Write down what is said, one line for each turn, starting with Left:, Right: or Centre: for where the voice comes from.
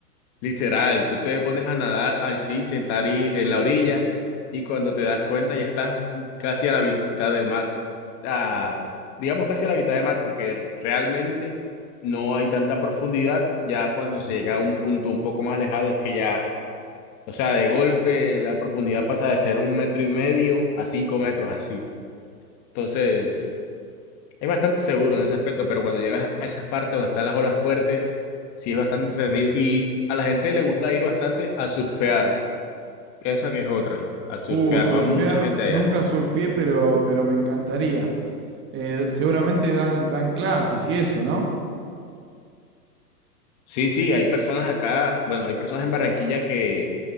Left: literal, tú te pones a nadar así, intentar ir en la orilla y cuando te das cuenta ya estás casi a la mitad del mar. Ah, digamos casi a la mitad del mar porque realmente no hay tanta profundidad, ya cuando se llega a un punto un poco más alejado es que ya, o sea, de golpe la profundidad pasa de ser un metro y medio a cinco metros así. Entonces... Es bastante seguro en ese aspecto, pero cuando llegas a esas partes donde están las olas fuertes, sí es bastante entretenido. Y a la gente le gusta ir bastante a surfear. Esa que es otra, a surfear.
Right: Uh, surfear,
Left: Va mucha gente
Right: nunca
Left: allá.
Right: surfé, pero, pero me encantaría. Eh, seguramente dan, dan clases y eso, ¿no?
Left: Sí, sí, hay personas acá, bueno, hay personas en Barranquilla que,